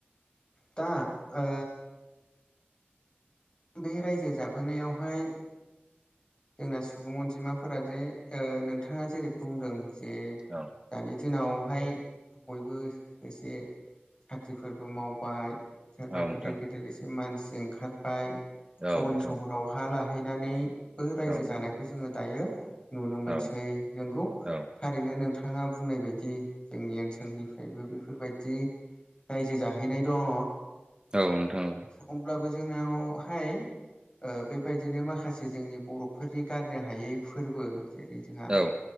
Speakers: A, on the left; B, on the right.
A: दा ओ बे रायजो जाबोनायावहाय जोंना सुबुं अनजिमाफोरा जे ओ नोंथाङा जेरै बुंदों जे
B: औ
A: दानि दिनाव बेवहाय बयबो एसे साख्रिफोरबो मावबाय सोरबा
B: औ नोंथां
A: गेदेर गेदेर एसे मानसि ओंखारबाय
B: औ
A: टाउन
B: नोंथां
A: सहराव हा ला थाहैनानैबो रायजो
B: औ नोंथां
A: जानायखौ जोङो दायो नुनो मोनसै
B: औ
A: नंगौ
B: औ
A: थारैनो नोंथाङा बुंनाय बायदि जोंनि ओनसोलनिफ्रायबो बेफोरबायदि रायजो जाहैनाय दङ
B: औ नोंथां औ
A: अब्लाबो जोंनावहाय ओ बेबायदिनो माखासे जोंनि बर'फोरनि गारनो हायै फोरबो जेरै जोंहा
B: औ नोंथां औ नोंथां औ